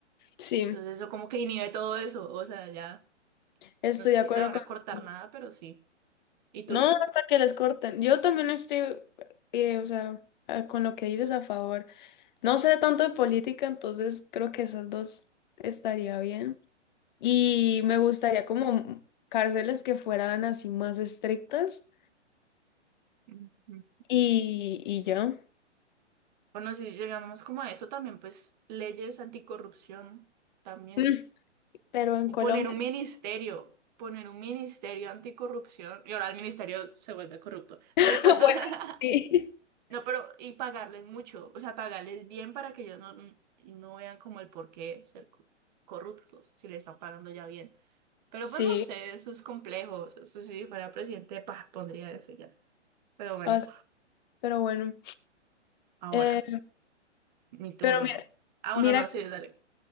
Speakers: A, on the left; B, on the right.
A: Sí,
B: Entonces eso como que inhibe todo eso, o sea, ya,
A: estoy
B: no es que
A: de acuerdo
B: le van
A: contigo.
B: a cortar nada, pero sí. ¿Y tú?
A: No, hasta que les corten. Yo también estoy, eh, o sea, ah, con lo que dices a favor. No sé tanto de política, entonces creo que esas dos estaría bien. Y me gustaría como cárceles que fueran así más estrictas
B: Ujú.
A: y, y ya.
B: Bueno, si llegamos como a eso también, pues leyes anticorrupción también.
A: Mm, Pero en Colombia.
B: Poner un ministerio, poner un ministerio anticorrupción. Y ahora el ministerio se vuelve corrupto.
A: <laughs>
B: Pero
A: Bueno,
B: <laughs>
A: sí.
B: no, pero y pagarles mucho, o sea, pagarles bien para que ellos no, no vean como el por qué ser co- corruptos, si le están pagando ya bien. Pero
A: Sí,
B: pues no sé, eso es complejo. Eso, eso si fuera presidente, pa, pondría eso ya. Pero bueno,
A: o sea, pero bueno.
B: ahora,
A: Eh,
B: mi turno.
A: pero mira,
B: Ah,
A: mira
B: bueno, no, sí, dale.